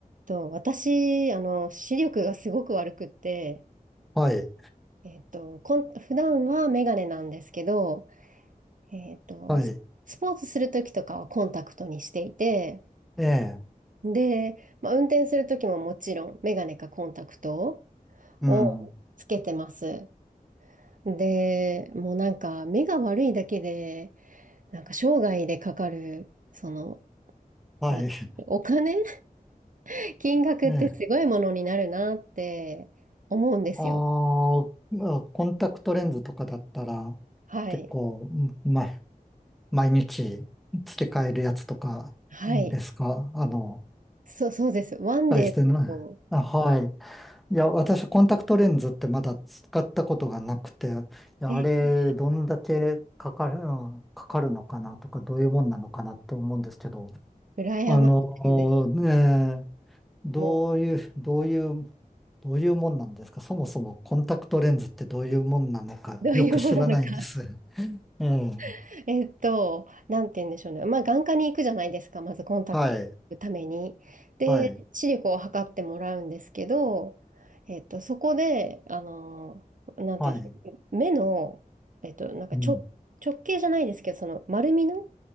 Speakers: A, on the right; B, in the centre.
A: と、私、あの、視力がすごく悪くって、
B: はい、
A: えっと、こん、普段はメガネなんですけど、えっと、
B: はい、
A: ススポーツするときとかはコンタクトにしていて、
B: ええ、
A: で、まあ、運転するときももちろんメガネかコンタクト
B: うん、
A: をつけてます。で、もうなんか目が悪いだけで、なんか生涯でかかる、その、
B: はい、
A: な、
B: <laughs>
A: お金 <laughs> 金額ってすごいものになるなって思うんですよ。
B: ええ、あーまあ、コンタクトレンズとかだったら、
A: はい。
B: 結構、ま、毎日付け替えるやつとかですかあの、
A: はい。そう、そうです。ワンデーと、
B: 大してな、あ、はい。いや、私、コンタクトレンズってまだ使ったことがなくて、いや、
A: え、
B: あれ、どんだけかかる、うんかかるのかなとか、どういうもんなのかなって思うんですけど、
A: 羨ましいです。
B: あの、ねえ、どういう、
A: も
B: どういうどういうもんなんですかそもそもコンタクトレンズってどういうもんなのかよく知らないんです。
A: う、どういうものなのか。
B: <laughs> ええ。
A: <laughs> えっと、なんて言うんでしょうね。まあ、眼科に行くじゃないですか。まずコンタクトのために。
B: はい。
A: で、
B: はい。
A: 視力を測ってもらうんですけど、えっと、そこで、あの、なんて言うんでしょう。
B: はい。
A: 目の、えっと、なんか直、
B: うん。
A: 直径じゃないですけど、その丸みの、